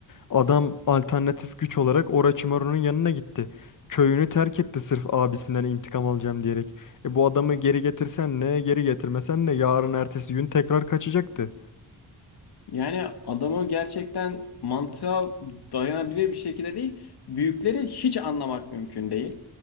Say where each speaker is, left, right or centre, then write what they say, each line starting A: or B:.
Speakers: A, on the left; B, on the left.
A: Adam alternatif güç olarak Orochimaru'nun yanına gitti. Köyünü terk etti sırf abisinden intikam alacağım diyerek. E bu adamı geri getirsen ne, geri getirmesen ne, yarın ertesi gün tekrar kaçacaktı.
B: Yani adamı gerçekten mantığa dayanabilir bir şekilde değil. Büyükleri hiç anlamak mümkün değil.